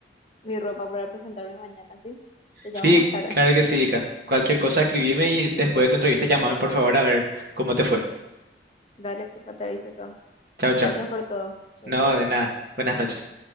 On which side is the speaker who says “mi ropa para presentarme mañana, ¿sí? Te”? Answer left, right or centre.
Left